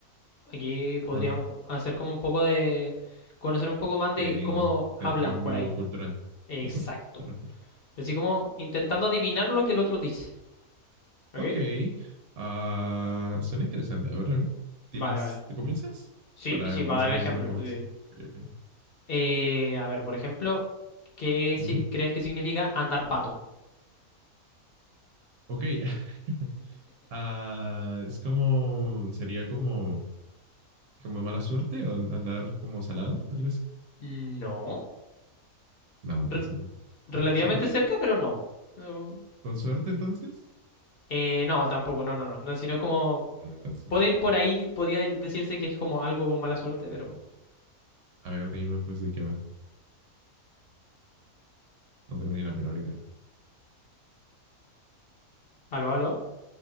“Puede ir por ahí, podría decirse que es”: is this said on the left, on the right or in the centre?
Left